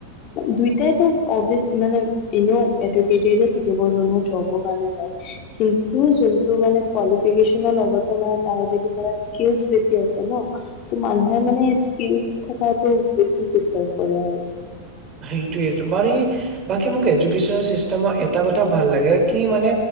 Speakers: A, on the left (about 35°); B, on the right (about 30°).
A: দুই ‌ তে' তেওঁৰ অবিছ মানে, এনেও <unintelligible> থাকিব যোনবোৰ জবৰ কাৰণে যায়, কিন ন্ত যোনটো মানে কোৱালিফিকেচনৰ লগতে মানে তাৰ য মানে স্কিলচ বেছি আছে ন ত মানুহে মানে স্কিলচ থকাটো বেছি প্ৰিপেয়াৰ কৰে আৰু।
B: সেইটোয়েই বাকী মোক এডুকেশনৰ চিষ্টেমত এটা কথা ভাল লাগে কি মানে